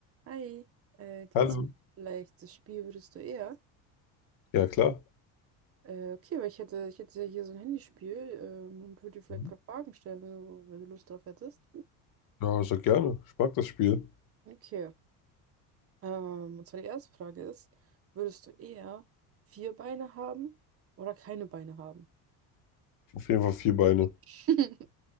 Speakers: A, on the right; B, on the left.
A: Hi, äh, kennst
B: Hallo.
A: du vielleicht das Spiel Würdest du eher?
B: Ja, klar.
A: Äh, okay, weil ich hätte, ich hätte ja hier so ein Handyspiel ähm, und würde dir vielleicht
B: Mhm.
A: ein paar Fragen stellen, wenn du, wenn du Lust drauf hättest.
B: Ja, sehr gerne. Ich mag das Spiel.
A: Okay, ähm, und zwar die erste Frage ist, würdest du eher vier Beine haben oder keine Beine haben?
B: Auf jeden Fall vier Beine.
A: <laughs>